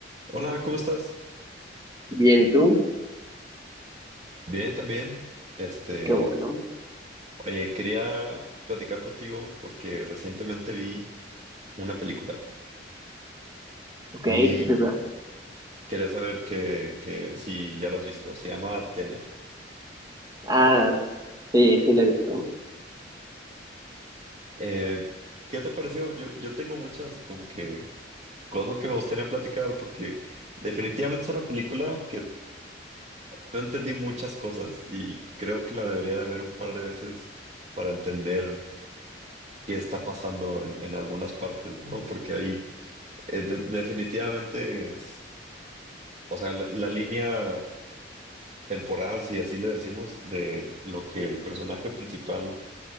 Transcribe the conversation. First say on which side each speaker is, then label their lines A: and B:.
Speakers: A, on the right; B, on the right.
A: Hola, ¿cómo estás?
B: Bien, ¿y tú?
A: Bien, también. Este,
B: Qué bueno.
A: oye, quería platicar contigo porque recientemente vi una película
B: Ok,
A: y
B: qué película.
A: quería saber que, que si ya la has visto. Se llama Tenet.
B: Ah, sí, sí la he visto.
A: Eh, ¿qué te pareció? Yo, yo tengo muchas como que cosas que me gustaría platicar porque definitivamente es una película que no entendí muchas cosas y creo que la debería de ver un par de veces para entender qué está pasando en, en algunas partes, ¿no? Porque ahí Eh, de- definitivamente, es- o sea, la, la línea temporal, si así le decimos, de lo que el personaje principal